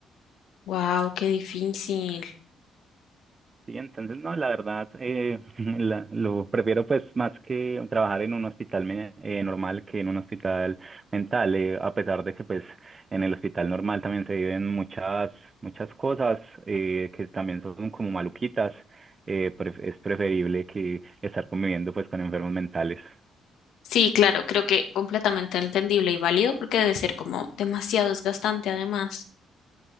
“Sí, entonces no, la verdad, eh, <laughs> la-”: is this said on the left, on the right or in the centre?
Right